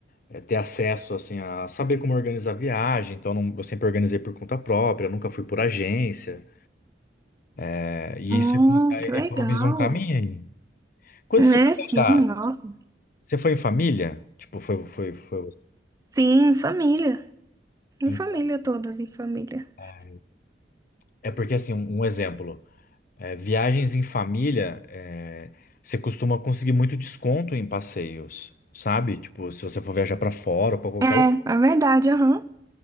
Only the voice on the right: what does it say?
Ah,
que legal.
É,
sim,
nossa.
Sim, família. Em
família, todas em família.
É, é verdade, aham.